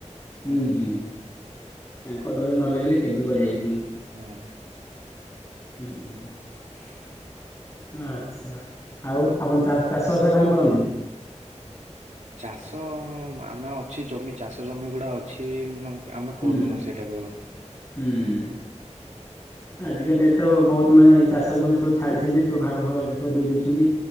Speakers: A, on the left (about 25°); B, on the right (about 80°).
A: ହୁଁ
B: ହଁ
A: ହୁଁ ତାଙ୍କ ଡୋରି ନ ଲାଗିଲେ କେବେ କୁଆଡ଼େ ଯାଇପାରିବନି।
B: ହଁ।
A: ଉଁ, ହୁଁ।
B: <inaudible>
A: ଅ, ଆଚ୍ଛା ଆଉ ଆପଣ ଚା ଚାଷ ବାସ କାମ କରନ୍ତି?
B: ଚାଷ ଆମେ ଅଛି, ଜମି ଚାଷ ଜମି ଗୁଡା ଅଛି। ଉମ୍ ଆମେ
A: ହୁଁ
B: କରୁନୁ
A: ହୁଁ।
B: ସେଟାକୁ।
A: ହୁଁ ଆଜିକା ଡେଟ୍ ତ ବହୁତ ମାନେ ଚାଷ ଜମି ସବୁ ଛାଡ଼ି ସାରିଲେଣି! ସବୁ ଭାଗ ଫାଗ ଏ ସବୁ ଦେଇ ଦେଉଛନ୍ତି।